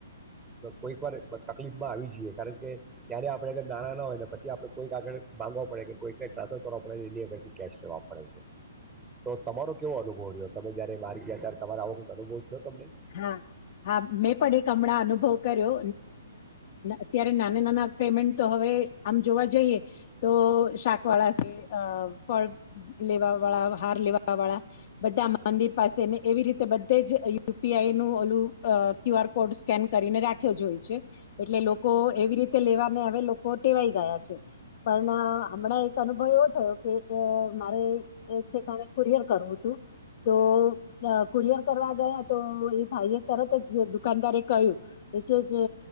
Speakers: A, on the right; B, on the left.
A: કોઈક વાર તકલીફમાં આવી જઈએ કારણ કે ત્યારે આપણે અગર નાણાં ના હોયને પછી આપણે કોઈક આગળ માંગવા પડે કે કોઈકને ટ્રાન્સફર કરવા પડે એની અગરથી. કેશ લેવા પડે છે. તો તમારો કેવો અનુભવ. તમે જયારે બાર ગયા ત્યારે તમારા આવો અનુભવ થયો તમને
B: હા હા મેં પણ એક હમણાં અનુભવ. કર્યો અત્યારે નાના નાના પેમેન્ટ તો હવે આમ જોવા જઈએ તો શાક વાળા છે ફળ લેવા. વાળ હાર લેવા વાળા બધા. મંદિર પાસે ને એવી રીતે બધે જ. યુપીઆઈ નું ઓલું ક્યુ આર કોડ સ્કેન કરીને રાખ્યો જો હો છે. એટલે લોકો એવી રીતે લેવા. હવે લોકો ટેવાઈ ગયા છે પણ હમણાં એક અનુભવ એવો થયો કે મારે એક ઠેકાણે કુરિયર કરવું હતું તો કુરિયર કરવા ગયા. તો એ ભાઈ એ તરત જ દુકાનદારે કહ્યું એ કે કે